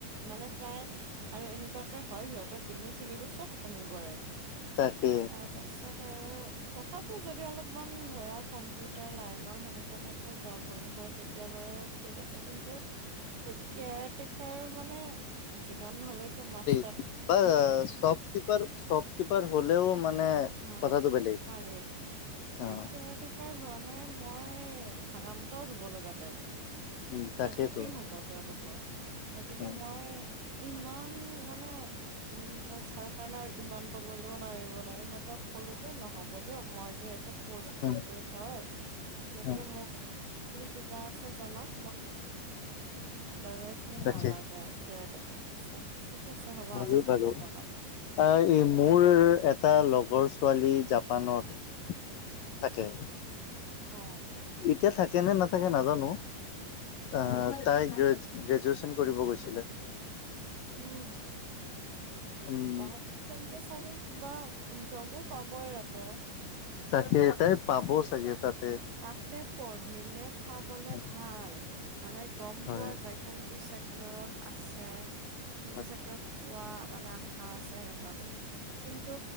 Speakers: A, on the right; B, on the left.
A: মানে প্ৰায় আৰু এনেকুৱাকে হয় সিহঁতৰ বিল্ডিং চিল্ডিং বোৰ চব ভাঙি পৰে।
B: তাকে
A: তাৰ পাছত আৰু তথাপিও যদি অলপমান ধৰা কম্পিউটাৰ লাইনৰ সেনেকা তেনেকুৱা টাইপৰ জব হ'ল হয় তেতিয়া বাৰু ঠিক আছে কিন্তু কেয়াৰ টেকাৰ মানে যিমান হলে এতিয়া মাছ
B: ব শ্বপকিপাৰ শ্বপকিপাৰ হলেও মানে
A: হা,
B: কথাটো বেলেগ
A: পাৰে মানে
B: অ
A: কেয়াৰটেকাৰ হুৱা মানে মই হাগামতাও ধুব লগা টাইপ।
B: উম তাকেইতো
A: এভৰিথিং হ'ব তেওঁলোকৰ গতিকে
B: অ
A: মই ইমান মানে উম পইচাৰ কাৰণে আৰু ইমান তললৈও নোৱাৰিম। ক'লো যে নহ'ব দিয়ক মই যে এইটো প'স্ত গ্ৰেজুৱেট
B: অ
A: হয়, গতিকে
B: অ
A: কিবা আছে জনাওঁক আাৰাই মোক
B: তাকে
A: নালাগে <unintelligible> ঠিক আছে হ'ব
B: হয়
A: আমি
B: বাৰু
A: পালে জনাম
B: আহ এই মোৰ এটা লগ ৰ ছোৱালী জাপানত থাকে
A: অ
B: এতিয়া থাকে নে নাথাকে নাজানো। আহ
A: হয়
B: তাই গে গ্ৰেজুৱেচন কৰিব গৈছিলে।
A: উম
B: উম
A: ত তেন্ত চাগে কিবা জবো পাবই তাতে।
B: তাকেটাই পাব চাগে তাত।
A: তাতে পঢ়িলে পাবলে
B: হয়
A: ভাল মানে গম
B: হয়
A: পোৱা যায় কোনটো চেক্টৰত আছে
B: হয়।
A: কোনটো চেক্টৰত পোৱা মানে আশা আছে এনেকুৱাবোৰ কিন্তু